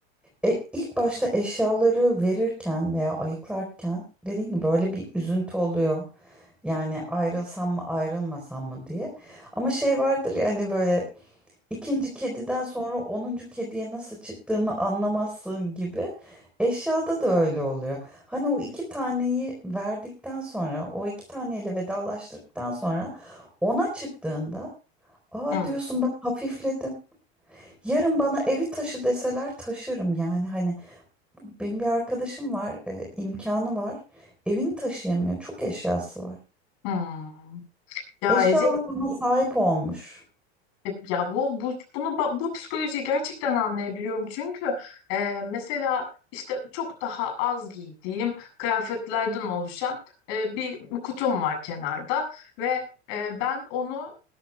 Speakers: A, in the centre; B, on the left (about 65°).
A: e, ilk başta eşyaları verirken veya ayıklarken dediğim gibi böyle bir üzüntü oluyor. Yani ayrılsam mı ayrılmasam mı diye. Ama şey vardır ya hani böyle ikinci kediden sonra onuncu kediye nasıl çıktığını anlamazsın gibi. Eşyada da öyle oluyor. Hani o iki taneyi verdikten sonra o iki taneyle vedalaştıktan sonra ona çıktığında aa
B: Hmm.
A: diyorsun ben hafifledim. Yarın bana evi taşı deseler taşırım yani hani benim bir arkadaşım var e, imkanı var evini taşıyamıyor çok eşyası var.
B: Hmm. Ya
A: Eşyalarına
B: Ece,
A: sahip olmuş.
B: e, ya bu, bu bunu ba- bu psikolojiyi gerçekten anlayabiliyorum çünkü e, mesela işte çok daha az giydiğim kıyafetlerden oluşan e, bir kutum var kenarda ve e, ben onu